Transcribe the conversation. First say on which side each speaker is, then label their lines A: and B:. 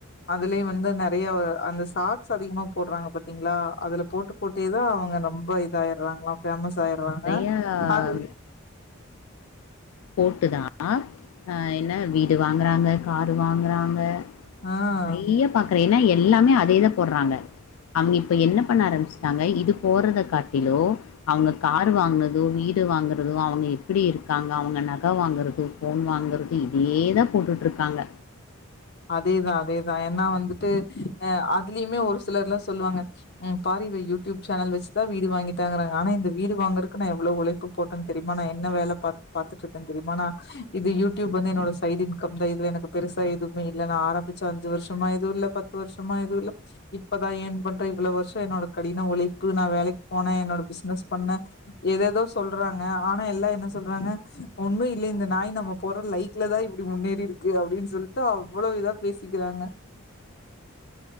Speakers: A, on the left; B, on the left.
A: அதுலயே வந்து நிறைய அந்த சாரட்ஸ் அதிகமா போடுறாங்க பாத்தீங்களா அதுல போட்டு போட்டே தான் அவுங்க ரொம்ப இதயறாங்களா ஃபேமஸ்
B: ஆமாங்க
A: ஆயிறாங்க
B: நெறையா
A: அது
B: போட்டுதான் ஆஹ் என்ன வீடு வாங்குறாங்க காரு வாங்குறாங்க
A: ஆ
B: நெறைய பா க்றேன் ஏனா எல்லாமே அதேதான் போடுறாங்க அவுங்க இப்ப என்ன பண்ண ஆரம்பச்சாங்க இது போறத காட்டிலோ அவுங்க கார் வாங்கனதோ வீடு வாங்கறதோ அவங்க எப்டி இருக்காங்க அவுங்க நகை வாங்குறது ஃபோன் வாங்கறது இதேதான் போட்டுட்டு இருக்காங்க
A: அதேதான் அதேதான் ஏனா வந்துட்டு அஹ் அதுலயுமே ஒரு சிலர் எல்லாம் சொல்லாங்க உம் பார இவ யூடியூப் சேனல் வச்சுதான் வீடு வாங்கிட்டாங்கறாங்க ஆனா இந்த வீடு வாங்குறதுக்கு நான் எவ்ளோ உழைப்பு போட்டேன் தெரியுமா நான் என்ன வேலை பா பாத்துட்டு இருக்கேன் தெரியுமா நா இது யூடியூப் வந்து என்னோட சைடு இன்கம் தான் இதுல எனக்கு பெருசா துவுமே இ நான் ஆரம்பிச்சேன் அஞ்சு வருஷமா எதுவும் இல்லை பத்து வருஷமா எதுவும் இல்ல இப்பதான் யென் பண்றன் இவ்ளோ வருஷம் என்னோட கடின உழைப்பு நான் வேலைக்கு போனேன் என்னோட பிசுனஸ் பண்ணேன் ஏதேதோ சொல்றாங்க ஆனா எல்லாம் என்ன சொல்றாங்க ஒன்னும் இல்ல இந்த நாய் நம்ம போற லைக்ல தான் இப்டி முன்னேறி இருக்கு அப்டின்னு சொல்லி அவ்ளோ இதா பேசிக்கிறாங்க